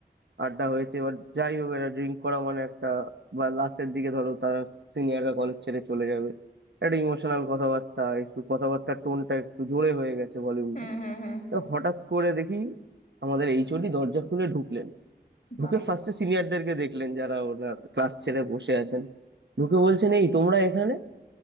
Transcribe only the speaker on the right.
আড্ডা হয়েছে এবার যাই হোক একটা ড্রিঙ্ক করা মানে একটা বা লাস্টের দিকে ধরো তারা সিনিয়ররা কলেজ ছেড়ে চলে যাবে একটা ইমোশনাল কথাবার্তা একটু কথাবার্তার টোনটা একটু জোরে হয়ে গেছে ভলিউমটা
তো হঠাৎ করে দেখি আমাদের এইচওডি দরজা খুলে ঢুকলেন
ঢুকে ফার্স্টে সিনিয়রদেরকে দেখলেন যারা ওনার ক্লাস ছেড়ে বসে আছেন ঢুকে বলছেন এই তোমরা এখানে